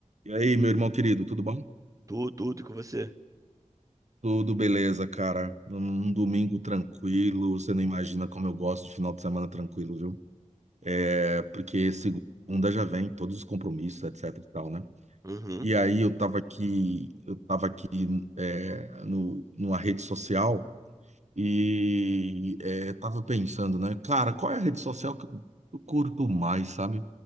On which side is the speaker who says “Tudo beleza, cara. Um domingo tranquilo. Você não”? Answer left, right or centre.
Right